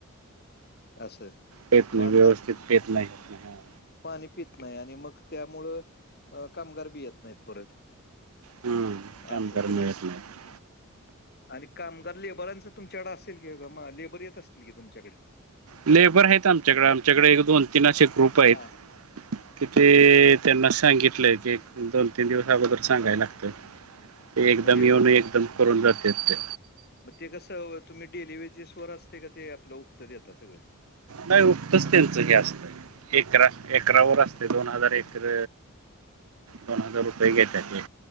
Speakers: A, on the left; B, on the right.
A: असं.
B: पेत नाही
A: मग आता
B: व्यवस्थित पेत नाही होत.
A: पाणी पित नाही आणि मग त्यामुळं कामगार बी येत नाहीत परत
B: हम्म कामगार
A: असं सगळं.
B: मिळत नाही
A: आणि कामगार लेबरांचं तुमच्याकडे असेल की ब मग लेबर येत असतील की तुमच्याकडे
B: लेबर आहेत आमच्याकडे आमच्याकडे एक दोन तीन असे ग्रुप आहेत.
A: हा
B: कि ते त्यांना सांगितलंय की दोन तीन दिवस अगोदर सांगायला लागतं.
A: <unintelligible>
B: ते एकदम
A: म्हणजे
B: येऊन एकदम करून जाते ते
A: मग ते कसं तुम्ही डेली वेजेस वर असते का ते आपलं उक्त देता सगळं?
B: नाही उक्तच त्यांचं हे असतं. एकरा एकरा व असते दोन हजार एकर दोन हजार रुपये घेतात ते